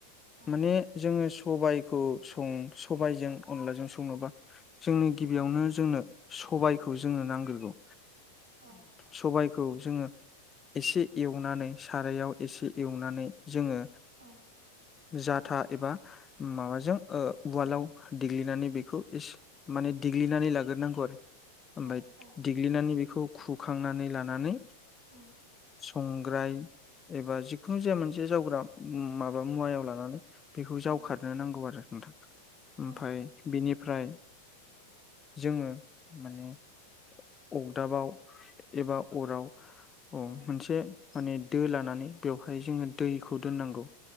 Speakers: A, on the right; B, on the left.
A: औ
B: माने जोंङो सबाय सं सबायजों अनलाजों संङनोबा जोंनि गिबियावनो
A: औ
B: जोंनो सबायखौ जोंनो नांगोरगौव।
A: औ
B: सबायखौ जोंङो एसे एवनानै सारायाव एसे एवनानै जोंङो
A: औ
B: जाथा एबा माबाजों उवालाव देग्लिनानै बेखौ एसे माने देग्लिनानै लाग्रोनांगौ आरो
A: औ
B: ओमाय
A: औ
B: देग्लिनानै बेखौ खुखांनानै लानानै
A: उम
B: संग्राय एबा जिखुनु जाया मोनसे जावग्रा माबा मुवायाव लानानै बेखौ
A: औ
B: जावखारनो नांगौ आरो नोंथां ओमफफ्राय
A: औ
B: बेनिफ्राय जोंङो माने अगदाबाव एबा अराव अ
A: औ
B: मोनसे माने दो लानानै बेवहाय जोंङो दैखौ दोननांगौ।